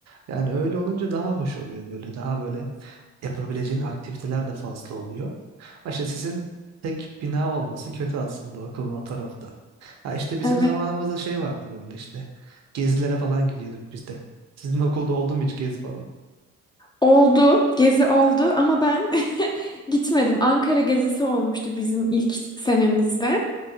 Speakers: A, on the right; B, on the left.
A: Yani öyle olunca daha hoş oluyor böyle. Daha böyle yapabileceğin aktiviteler de fazla oluyor. Ha işte sizin tek bina olması kötü aslında okulun o tarafta. Ha işte bizim
B: Evet.
A: zamanımızda şey vardı böyle işte. Gezilere falan gidiyorduk biz de. Sizin okulda oldu mu hiç gezi falan?
B: Oldu. Gezi oldu ama ben <laughs> gitmedim. Ankara gezisi olmuştu bizim ilk senemizde.